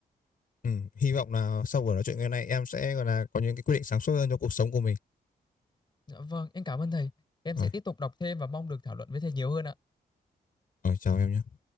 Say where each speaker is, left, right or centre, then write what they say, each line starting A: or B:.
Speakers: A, on the left; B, on the left.
A: Ừ, hy vọng là sau buổi nói chuyện ngày nay em sẽ gọi là có những cái quyết định sáng suốt hơn cho cuộc sống của mình.
B: Dạ vâng, em cảm ơn thầy. Em
A: Rồi,
B: sẽ tiếp tục đọc thêm và mong được thảo luận với thầy nhiều hơn ạ.
A: rồi chào em nhé.